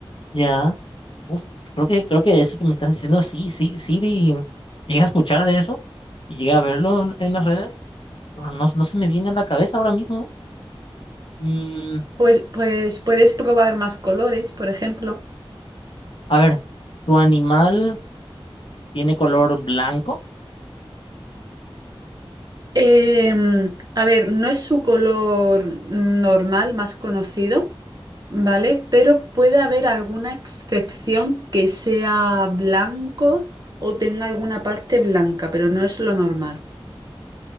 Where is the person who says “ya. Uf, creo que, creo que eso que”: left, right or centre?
Left